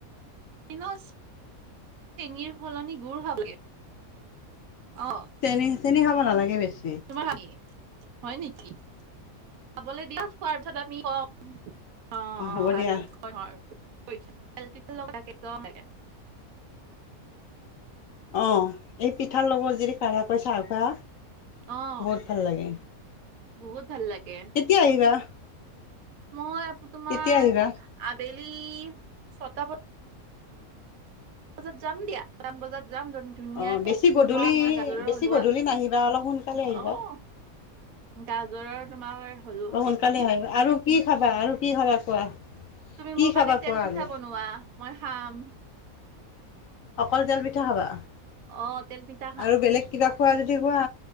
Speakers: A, on the right; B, on the left.
A: দিনত চেনিৰ সলনি গুৰ খাব লাগে। অ'
B: তেনে। চেনি খাব নালাগে বেছি।
A: তোমাৰ। হয় নেকি খাবলৈ দিয়া খোৱাৰ পিছত আমি ক। অ অ
B: হ'ব
A: ভাল
B: দিয়া
A: হয়। পইচা পিছ লগত থাকে।
B: অ এই পিঠা ল'গত যিদি কাঢ়াকৈ চাহ খোৱা।
A: অ',
B: বহুত ভাল লাগে।
A: বহুত। ভাল লাগে
B: কেতিয়া আহিবা।
A: মই আ তোমাৰ
B: কেতিয়া আহিবা
A: আঠ। বেলি ছয়টা বজা। বজাত যাম দিয়া <unintelligible> বজাত। যাম ধুনীয়াকে
B: অ বেছি গধূলি
A: তোমাৰ মই গাজৰৰ
B: বেছি
A: হলোৱা
B: গধূলি নাহিবা অলপ সোনকালে আহিবা
A: অ গাজৰৰ তোমাৰ হলো
B: অলপ সোনকালে
A: সেইটো দিম।
B: আহিবা আৰু কি খাবা আৰু কি খাবা কোৱা।
A: তুমি
B: কি
A: মোৰ
B: খাবা
A: কাৰণে
B: কোৱা
A: তেল
B: আৰু
A: পিঠা বনোৱা মই খাম।
B: অকল তেল পিঠা খাবা।
A: অ তেল পিঠা খাম।
B: আৰু বেলেগ কিবা খোৱা যদি খোৱা।